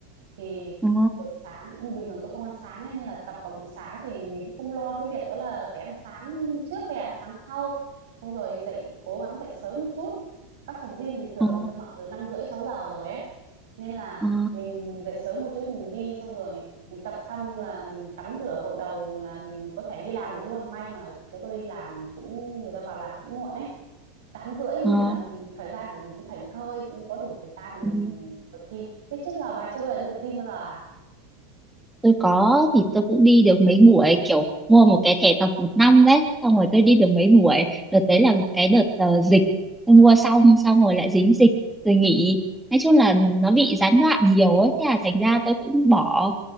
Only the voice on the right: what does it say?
thì
buổi sáng bình thường tôi không ăn sáng ấy nên là tập vào buổi sáng thì mình cũng không lo cái việc đó là phải ăn sáng trước hay ăn sáng sau xong rồi dậy cố gắng dậy sớm một chút các phòng gym thì thường
người ta mở từ năm rưỡi sáu giờ rồi ấy nên là
mình dậy sớm một chút mình đi xong rồi mình tập xong là mình tắm rửa gội đầu là mình có thể đi làm được luôn may mà chỗ tôi đi làm cũng người ta vào làm cũng muộn ấy tám rưỡi nên
là mình thời gian của mình cũng thảnh thơi cũng có đủ thời gian để
mình tập gym thế trước giờ bà chưa bao giờ đi tập gym bao giờ à